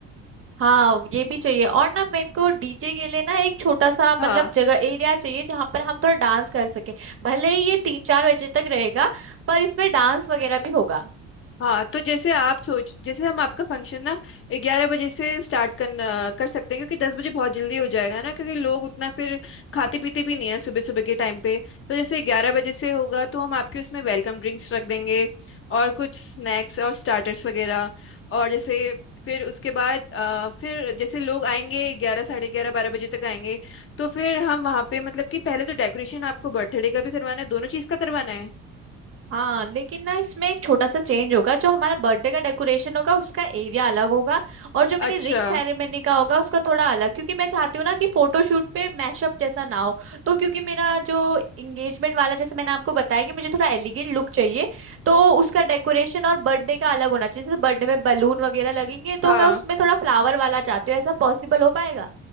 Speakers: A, on the right; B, on the left.
A: हाँ ये भी चाहिए और ना मेरे को डीजे के लिए ना एक छोटा सा
B: हाँ
A: मतलब जगह एरिया चाहिए जहाँ पर हम थोड़ा डांस कर सके भले ही ये तीन चार बजे तक रहेगा पर इसमें डांस वगैरह भी होगा
B: हाँ तो जैसे आप सोच जैसे हम आपका फंक्शन ना ग्यारह बजे से स्टार्ट करना कर सकते हैं क्योंकि दस बजे बहुत जल्दी हो जाएगा ना क्योंकि लोग उतना फिर खाते पीते भी नहीं है सुबह सुबह के टाइम पे तो जैसे ग्यारह बजे से होगा तो हम आपके उसमें वेलकम ड्रिंक्स रख देंगे और कुछ स्नैक्स और स्टार्टर्स वगैरह और जैसे फिर उसके बाद अ, फिर जैसे लोग आएंगे ग्यारह साढ़े ग्यारह बारह बजे तक आएंगे तो फिर हम वहाँ पे मतलब कि पहले तो डेकोरेशन आपको बर्थडे का भी करवाना है दोनों चीज़ का करवाना है
A: हाँ लेकिन ना इसमें एक छोटा सा चेंज होगा जो हमारा बर्थडे का डेकोरेशन होगा उसका एरिया अलग होगा और जो
B: अच्छा
A: मेरी रिंग सेरेमनी का होगा उसका थोड़ा अलग क्योंकि मैं चाहती हूँ ना कि फोटोशूट पे मैशअप जैसा ना हो तो क्योंकि मेरा जो इंगेजमेंट वाला जैसे मैंने आपको बताया कि मुझे थोड़ा एलिगेंट लुक चाहिए तो उसका डेकोरेशन और बर्थडे का अलग होना चाहिए जैसे बर्थडे में बलून वगैरह लगेंगे तो
B: हाँ
A: मैं उसमें थोड़ा फ्लावर वाला चाहती हूँ ऐसा पॉसिबल हो पाएगा